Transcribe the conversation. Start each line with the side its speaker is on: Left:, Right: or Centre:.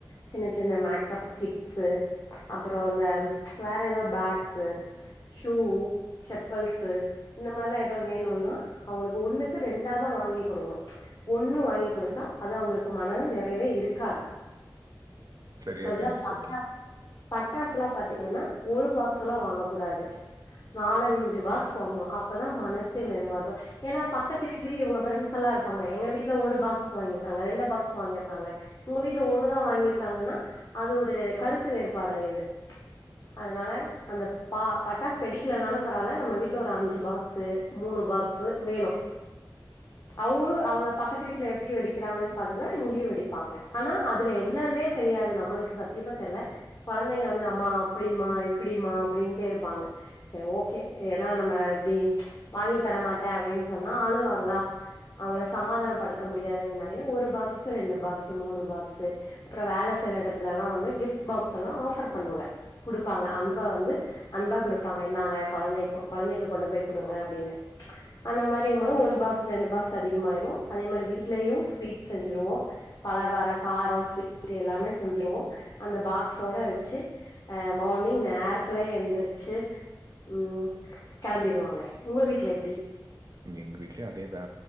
Left: சின்ன சின்ன மேக்கப் கிட்ஸு அப்புறோ அந்த வேற ஏதோ பேக்ஸு ஷு செப்பல்ஸு இந்த மாரிலா ஏதாவ வேணுன்னா அவங்ளுக்கு ஒண்ணுக்கு ரெண்டாதா வாங்கி குடுக்கணு ஒண்ணு வாங்கி குடுத்தா அது அவங்ளுக் மன நிறைவே இருக்காது
Right: சரியா
Left: அதுல
Right: தான்
Left: பட்டாஸ்
Right: சொல்றீங்க.
Left: பட்டாசுல்லா பாத்தீங்கன்னா ஒரு பாக்ஸ்ஸெல்லா வாங்க கூடாது நாலஞ்சு பாக்ஸ் வாங்னு அப்பதா மனசு நிறைவா இருக்கும் ஏன்னா பக்கத்து வீட்டுலயே இல்ங்க ஃப்ரெண்ட்ஸ்ஸல்லா இருப்பாங்க எங்க வீட்டுல ஒரு பாக்ஸ் வாங்கிருக்காங்க ரெண்டு பாக் ஸ் வாங்கிருக்காங்க உங்க வீட்டுல ஒண்ணுதா வாங்கிருக்காங்கன்னா அது ஒரு கருத்து வேறுபாடு ஆயிருது அதனால அந்த பா பட்டாஸ் வெடிக்கலனாலு பரவால்ல நம்ம வீட்டுல ஒரு அஞ்சு பாக்ஸ்ஸு மூணு பாக்ஸ்ஸு வேணும் அவங்ளு அவங்க பக்கத்து வீட்டுல எப்டி வெடிக்கிறாங்கன் பாத் தா இங்யு வெடிப்பாங்க ஆனா அதுல என்னான்னே தெரியாது நம்மளுக்கு சத்தியமா தெர்ல கொழந்தைங்க வந்து அம்மா அப்டிம்மா இப்டிமா அப்டின்ட்டே இருப்பாங்க சரி ஓகே ஏனா நம்ம இப்டி வாங்கி தரமாட்டே அப்டின் சொன்னா ஆளுவாங்ளா அவங்கள சமாதானம் படுத்த முடியாதுங்கறனாலே ஒரு பாக்ஸ்க்கு ரெண்டு பாக்ஸ்ஸு மூணு பாக்ஸ்ஸு அப்புறம் வேலை செய்யற இடத்துல எல்லா வந்து கிஃப்ட் பாக்ஸ் எல்லா ஆஃபர் பண்ணுங்க குடுப்பாங்க அன்ப வந்து அன்பா குடுப்பாங்க இன்னாங்க கொழந்தை கொழந்தைக்கு கொண்டு போய் குடுங்க அப்டின்னு அந்த மாரிமா ஒரு பாக்ஸ் ரெண்டு பாக்ஸ் அதிகமாயிரு அதே மாதிரி வீட்லேயும் ஸ்வீட்ஸ் செஞ்சிருவோ பலகார காரோ ஸ்வீட்டு எல்லாமே செஞ்சருவோ அந்த பாக்ஸோட வெச்சு அஹ் மார்னிங் நேர்த்துலையே எந்திர்ச்சு ம் கெளம்பிருவாங்க உங்க வீட்ல எப்டி
Right: எங் வீட்லியு அதேதா